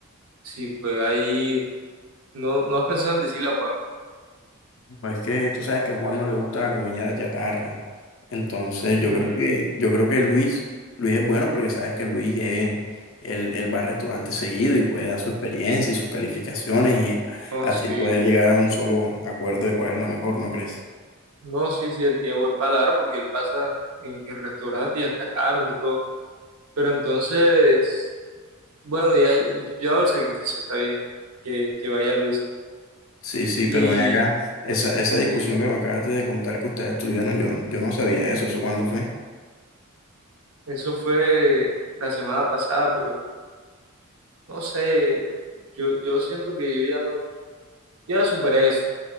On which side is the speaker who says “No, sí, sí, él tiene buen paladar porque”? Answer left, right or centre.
Right